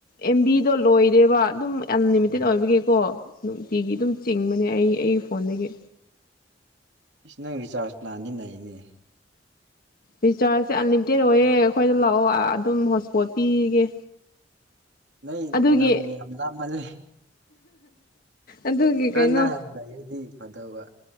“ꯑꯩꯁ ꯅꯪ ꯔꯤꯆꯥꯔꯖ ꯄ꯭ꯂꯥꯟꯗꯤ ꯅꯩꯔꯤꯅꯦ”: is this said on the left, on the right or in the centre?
Right